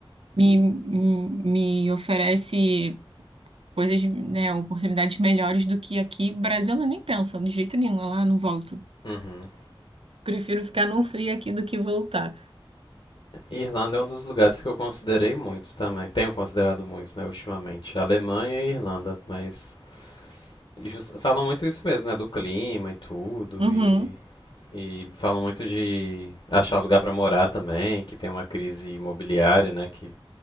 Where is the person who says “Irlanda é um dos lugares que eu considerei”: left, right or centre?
Left